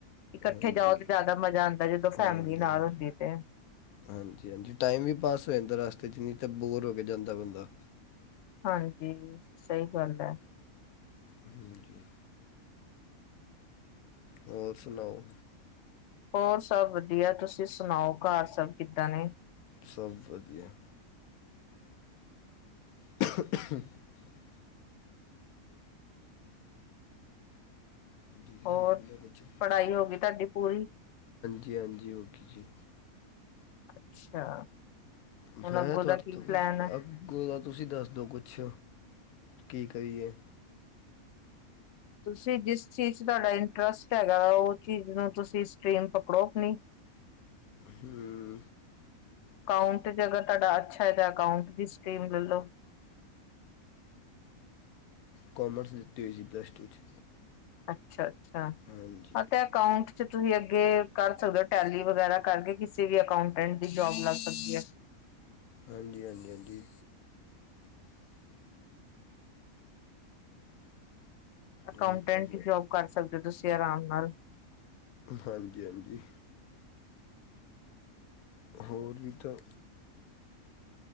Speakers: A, on the left (about 65°); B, on the left (about 85°).
A: ਇਕਠੇ
B: ਹਾਂਜੀ
A: ਜਾਓ ਤੇ ਜਿਆਦਾ ਮਜ਼ਾ ਆਉਂਦਾ ਜਦੋਂ ਫੈਮਲੀ
B: ਹਾਂਜੀ
A: ਨਾਲ
B: ਹਾਂਜੀ
A: ਹੁੰਦੀ ਤੇ
B: ਹਾਂਜੀ ਹਾਂਜੀ ਟਾਈਮ ਵੀ ਪਾਸ ਹੋ ਜਾਂਦਾ ਰਸਤੇ 'ਚ ਨਹੀਂ ਤਾਂ ਬੋਰ ਹੋ ਕੇ ਜਾਂਦਾ ਬੰਦਾ
A: ਹਾਂਜੀ ਸਹੀ ਗੱਲ ਹੈ
B: ਹਮ ਜੀ ਹੋਰ ਸੁਣਾਓ
A: ਹੋਰ ਸਭ ਵਧੀਆ ਤੁਸੀਂ ਸੁਣਾਓ ਘਰ ਸਭ ਕਿੱਦਾਂ ਨੇ
B: ਸਭ ਵਧੀਆ <inaudible> ਦੀਦੀ
A: ਹੋਰ
B: ਬੋਲ ਵੀ ਨਾ ਕੁਛ
A: ਪੜ੍ਹਾਈ ਹੋ ਗਈ ਤੁਹਾਡੀ ਪੂਰੀ।
B: ਜੀ ਹਾਂਜੀ ਓਕੇ ਜੀ
A: ਅੱਛਾ।
B: ਮੈਂ
A: ਹੁਣ ਅੱਗੋਂ
B: ਤੁਹਾਡੇ
A: ਦਾ ਕੀ
B: ਤੋਂ
A: ਪਲੈਨ ਹੈ
B: ਅੱਗੋਂ ਤੁਸੀਂ ਦੱਸ ਦਿਓ ਕੁਛ ਕੀ ਕਰੀਏ
A: ਤੁਸੀਂ ਜਿਸ ਚੀਜ਼ 'ਚ ਤੁਹਾਡਾ ਇੰਟਰਸਟ ਹੈਗਾ ਵ ਉਹ ਚੀਜ਼ ਨੂੰ ਤੁਸੀਂ ਸਟ੍ਰਰੀਮ ਪਕੜੋ ਆਪਣੀ
B: ਹਮ।
A: ਅਕਾਊਂਟ ' ਅਗਰ ਤੁਹਾਡਾ ਅੱਛਾ ਹੈ ਤਾਂ ਅਕਾਊਂਟ ਦੀ ਸਟਰੀਮ ਲੈ ਲੋ
B: ਕੋਮਰਸ ਲੀਤੀ ਹੋਈ ਸੀ ਪਲੱਸ ਟੂ 'ਚ
A: ਅੱਛਾ ਅੱਛਾ
B: ਹਾਂਜੀ
A: ਹਾਂ ਤੇ ਅਕਾਊਂਟ ਚ ਤੁਸੀਂ ਅੱਗੇ ਕਰ ਸਕਦੇ ਹੋ ਟੈਲੀ ਵਗੈਰਾ ਕਰਕੇ ਕਿਸੇ ਵੀ ਅਕਾਉਟੈਂਟ ਦੀ ਜੋਬ ਲੱਗ ਸਕਦੀ ਹੈ।
B: ਹਾਂਜੀ ਹਾਂਜੀ ਹਾਂਜੀ।
A: ਅਕਾਊਂਟੈਂਟ
B: ਉਹੀ ਕੰਮ
A: ਹੀ
B: ਹੈ।
A: ਜੋਬ ਕਰ ਸਕਦੇ ਹੋ ਤੁਸੀਂ ਆਰਾਮ ਨਾਲ
B: ਹਾਂਜੀ ਹਾਂਜੀ। ਹੋਰ ਵੀ ਤਾਂ